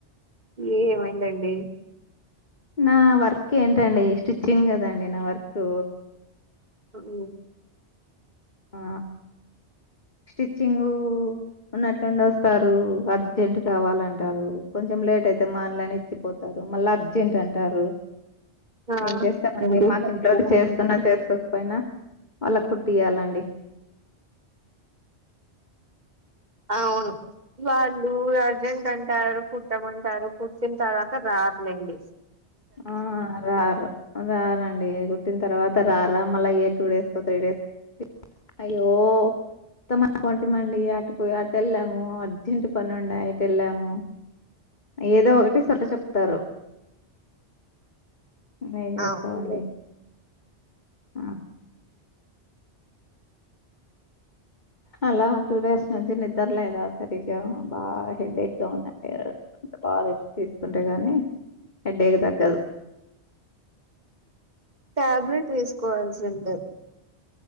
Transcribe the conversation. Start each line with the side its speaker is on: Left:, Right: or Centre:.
Right: ఏ ఏమైందండి
Left: నా వర్క్ ఏంటండి స్టిచ్చింగ్ కదండి నా వర్క్.
Right: ఉ
Left: ఆ స్టిచ్చింగ్ ఉన్నట్లుండి వస్తారు. అర్జెంట్ కావాలంటారు. కొంచెం లేట్ అయితే మాన్లైన్ ఇచ్చిపోతారు మళ్ళీ అర్జెంట్ అంటారు.
Right: ఆ!
Left: ఏం చేస్తామండి.
Right: ఏం చేస్తారండి
Left: మాకు ఇంట్లో చేసుకున్నా చేసుకోకపోయినా వాళ్ళక్ కుట్టియాలంట
Right: ఆ అవును వాళ్ళు అర్జెంట్ అంటారు కుట్టమంటారు కుట్టిన తర్వాత రారు లెండి
Left: ఆ రారు రారండి కుట్టిన తర్వాత రారా మళ్ళీ ఏ టూ డేస్కో త్రీ డేస్ కొ అయ్యో వదం అనుకుంట మండి అటు పోయి అటు వెళ్ళాము అర్జెంట్ పను ఉండి ఇటు వెళ్ళాము ఏదో ఒకటి సట చెప్తారు నేం చేస్తావండి
Right: అవును
Left: ఆ అలా టూ డేస్ నుంచి నిద్రలేదా సరిగా బాగా హెడ్ ఎక్ ఉందండి బాగా రెస్ట్ తీసుకుంటే గానీ హెడేకి తగ్గదు
Right: టాబ్లెట్ వేసుకోవాల్సి ఉండే